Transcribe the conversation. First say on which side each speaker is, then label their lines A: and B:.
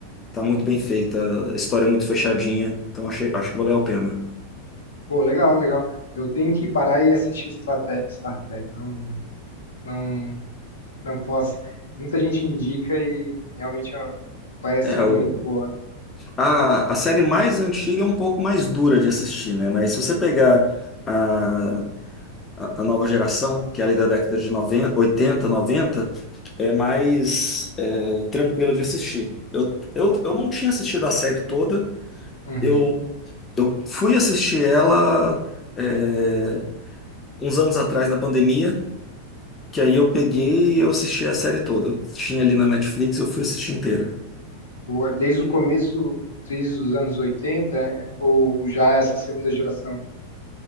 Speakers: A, on the left; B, on the left.
A: Tá muito bem feita, a história é muito fechadinha, então achei, acho que valeu a pena.
B: Pô, legal, legal. Eu tenho que parar e assistir Strate- Star Trek. Não, não, não posso. Muita gente indica e realmente ó, parece
A: É,
B: ser muito
A: o,
B: boa.
A: a, a série mais antiga é um pouco mais dura de assistir, né? Mas se você pegar a, a, a nova geração, que é ali da década de 90, 80, 90, é mais é, tranquila de assistir. Eu, eu, eu não tinha assistido a série toda,
B: Uhum.
A: eu, eu fui assistir ela é, uns anos atrás na pandemia, Que aí eu peguei e eu assisti a série toda. Eu tinha ali na Netflix, eu fui assistir inteira.
B: Ou é Desde o começo, desde os anos 80, é, ou já é essa segunda geração?